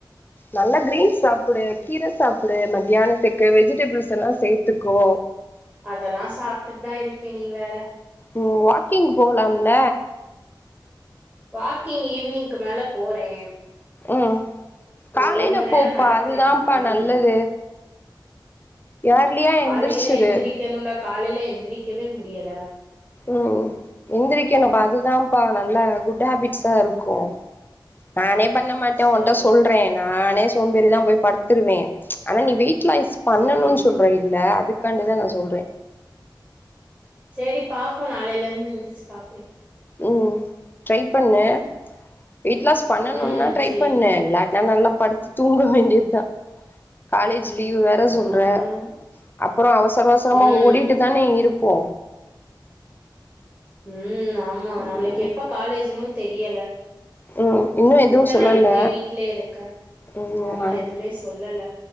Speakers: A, on the left; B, on the right.
A: நல்லா கிரீன்ஸ் சாப்டு கீரை சாப்டு மத்தியானத்துக்கு வெஜிடேபிள்ஸ் எல்லா சேத்துக்கோ
B: அதல்லா சாப்ட்டுட்டு தா இருக்கே நீ வேற
A: ஓ வாக்கிங் போலால்ல
B: வாக்கிங் ஈவ்னிங்க்கு மேல போறே
A: ம்
B: ஒரு
A: காலைல
B: ஒரு மண் நேரோ
A: போப்பா
B: நடக்கறே
A: அதுதான்ப்பா
B: மாடில
A: நல்லது ஏர்லியா
B: காலையில
A: எந்திரிச்சிரு
B: எந்திரிக்கணுல்ல காலையில எந்திரிக்கவே முடியல
A: ம் எந்திரிக்கணும்ப்பா அதுதான்ப்பா நல்ல குட் ஹாபிட் புதுசா இருக்கு நானே பண்ண மாட்டே
B: சே
A: உன்ட்ட சொல்றே நானே சோம்பேறி தா போய் படுத்துருவே ஆனா நீ வெயிட் லாய்ஸ் பண்ணணுன்
B: சேரி
A: சொல்றே ல அதுக்காண்டிதா நா சொல்றே
B: செரி பாப்போம் நாளையில இருந்து எந்திரிச்சு பாக்குறே
A: ம் ட்ரை பண்ணு வெய்ட் லாஸ் பண்ணணுன்னா
B: ம்
A: ட்ரை
B: சேரி
A: பண்ணு இல்லாட்டினா நல்லா படுத்து தூங்க வேண்டித் தா காலேஜ் லீவு வேற
B: அதா
A: சொல்ற
B: பண்ணணு
A: அப்பறோ அவசர அவசரமா
B: ம்
A: ஓடிட்டு தானே இருப்போ
B: ம் ஆமா
A: ம்
B: நம்மளுக்கு எப்ப காலேஜன்னு தெரியல
A: ம் இன்னு எதுவு
B: எத்தன்
A: சொல்லல
B: நாள் இப்பனடியே வீட்லே இருக்க
A: ம்
B: ஆமா
A: ஆ
B: எதுமே சொல்லல